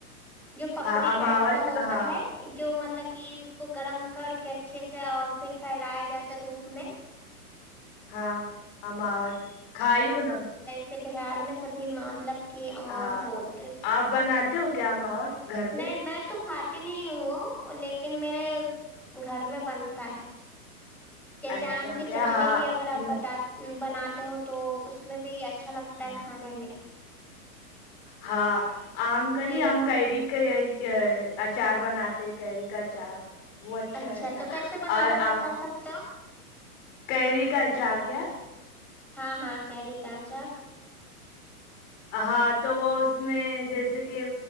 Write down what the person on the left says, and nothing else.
ہاں اماوٹ
ہاں
ہاںموٹ کائیوں نا
ہاں
آپ بناتے ہو کیا ماوٹ گھر پ
ایسا
کیا
ہاں
نہیں
نہیں
ہاں آم گنی
ہم کاریی کا آئی ا اچار بناتے کیری کا اچار وہ
رہتا
ہے،
اور
آم
کیری کا اچار کیا
ہاں تو وہ اس میں جیسے کہ